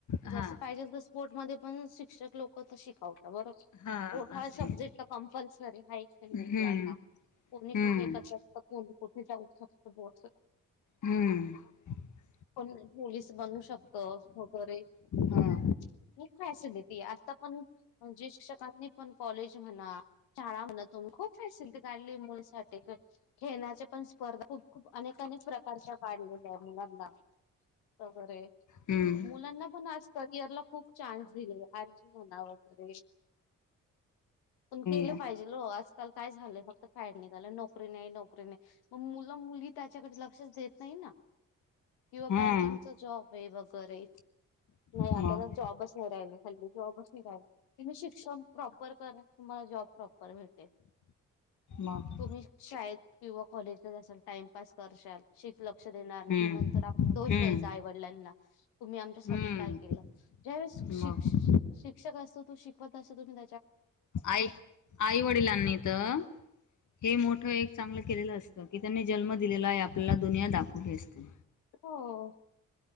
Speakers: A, on the left (about 50°); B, on the left (about 70°).
A: हा
B: जस पाहिजे स्पोर्ट म पण शिक्षक लोक शिकावत बर
A: हा
B: पोठा
A: असे
B: सब्जेक्ट कंपल् खर
A: हम्म
B: मुलाना कोणी
A: हम्म
B: कुठे क चक्क को कुठे जाऊ शक बच
A: हम्म
B: पण पोलीस बनू शकत वगैरे खूप
A: हा
B: फॅसिलिटी आता पण म्हणजे शिक्षकांनी पण कॉलेज म्हणा शाळा म्हणा तुम्ही खूप फॅसिलिटी काढली मुलासाठी खेण्याचे पण स्पर्धा खूप खूप अनेक अनेक प्रकारच्या काढलेल्या आहेत मुलांना वगैरे
A: हम्म
B: मुलांना पण आ करिअर ला खूप चान्स दिले आर्मी म्हणा वगैरे पण केलं
A: हो ना
B: पाहिजे ओ आज मग काय झालंय फक्त फॅड निघाल नोकरी नाही, नोकरी नाही मग मु मुली त्याच्याकडे लक्षच दे नाही ना. किंवा
A: हम्म हो ना हम्म हा
B: बँकिंगचा जॉब आहे वगैरे, नाही आता
A: मग
B: तर जॉबच नाही राहिले. हल्ली जॉबच निघालेत, तुम्ही शिक्षण प्रॉपर करा तुम्हाला जॉब.. प्रॉपर मिळतंय,
A: मग
B: तुम्ही शाळेत किंवा कॉलेजला बसून टाइमपास करशाल शिक, लक्ष देणार नाही
A: हम्म
B: नंतर आप दोष
A: हम्म
B: द्यायचा आईवडिलांना, तुम्ही आमच्यासाठी
A: हम्म
B: काय केलं, ज्यावेळेसा शिक
A: मग
B: शिक्षक असू तू शिकवत असुदे मंग
A: आई, आई वडिलांनी तर हे मोठं एक चांगलं केलेलं असतं कि त्यांनी जन्म दिलेला आहे आपल्याला, दुनिया दाखव गे असते.
B: हो